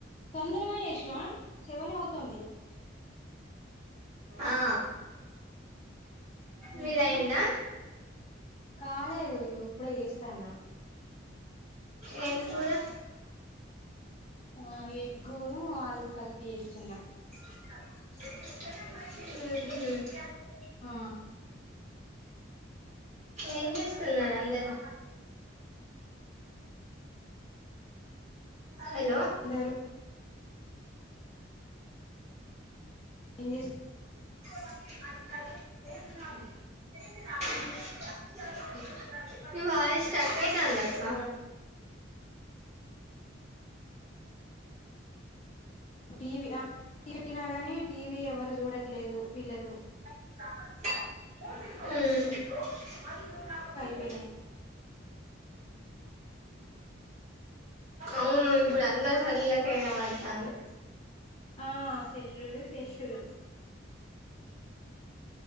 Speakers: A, on the left (about 30°); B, on the right (about 35°).
A: తొందరగానే చేసినవా సెవనే అవుతుంది
B: ఆ
A: మ్మ్
B: మీదయిందా
A: కాలేదు ఇగో ఇప్పుడే చేస్తానా
B: ఏం కూరా
A: ఆ ఎగ్గును ఆలు కలిపి చేస్తున్నా
B: ఉహు
A: ఆ
B: ఏం చేస్తున్నరా అందర్ హలో
A: అందరూ ఏం జేస్
B: <inaudible>
A: ఇప్
B: నీ వాయిస్ కట్ ఐతందక్క
A: ఇప్పట్లో
B: <inaudible>
A: టీవీ టీ పెట్టినాగాని టీవీ ఎవరు చూడట్లేదు పిల్లలు
B: ఉ
A: పెనయి
B: అవును ఇప్పుడు అందరు సల్ల కెగబడతర్రు
A: ఆ సెల్లులు శిష్యులు